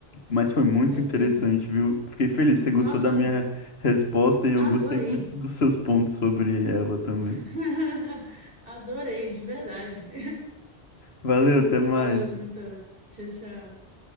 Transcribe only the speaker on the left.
Mas foi muito
interessante, viu? Fiquei feliz. Você
gostou da minha
resposta e eu
gostei muito dos seus pontos sobre ela também.
Valeu,
até mais.